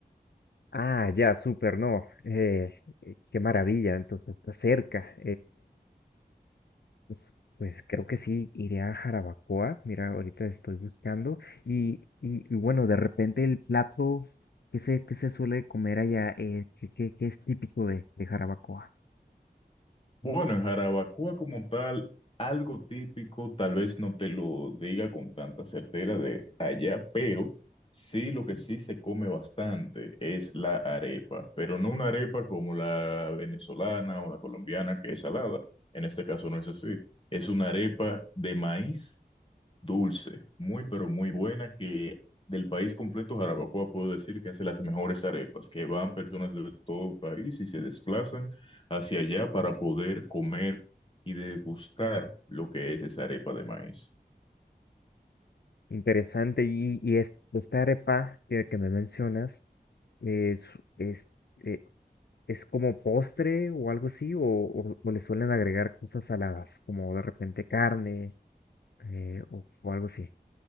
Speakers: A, on the left (about 85°); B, on the left (about 30°).
A: Ah, ya, súper, no. eh, eh, qué maravilla, entonces está cerca. Pues, pues creo que sí, iré a Jarabacoa. Mira, ahorita estoy buscando. Y, y, y bueno, de repente el plato que se, que se suele comer allá, eh, que, que- que es típico de, de Jarabacoa.
B: Bueno, en Jarabacoa como tal, algo típico, tal vez no te lo diga con tanta certeza de allá, pero sí lo que sí se come bastante es la arepa, pero no una arepa como la venezolana o la colombiana que es salada. En este caso no es así. Es una arepa de maíz dulce, muy pero muy buena, que del país completo, Jarabacoa, puedo decir que hace las mejores arepas, que van personas de todo el país y se desplazan hacia allá para poder comer y degustar lo que es esa arepa de maíz.
A: Interesante. Y, y es- esta arepa que, que me mencionas, eh, es, es, eh, ¿es como postre o algo así? O, o, o le suelen agregar cosas saladas, como de repente carne eh, o, o algo así?